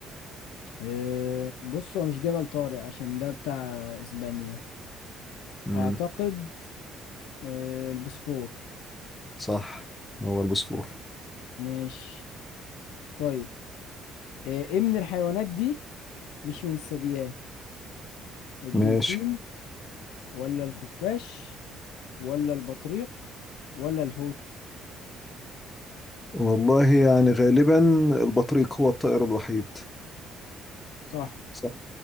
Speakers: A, on the left; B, on the left.
A: أه بص هو مش جبل طارق عشان ده بتاع اسبانيا
B: امم
A: اعتقد أه البسفور
B: صح هو البوسفور
A: ماشي طيب أه ايه من الحيوانات دي مش من الثدييات الدولفين
B: ماشي
A: ولا الخفاش ولا البطريق ولا الحوت
B: والله يعني غالبا البطريق هو الطائر الوحيد
A: صح
B: صح